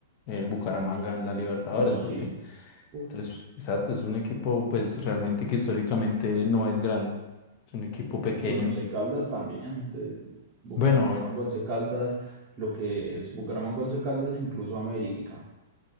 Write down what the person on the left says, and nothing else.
el Bucaramanga en la Libertadores,
porque,
entonces, exacto, es un equipo pues realmente que históricamente no es grande, es un equipo pequeño.
Bueno,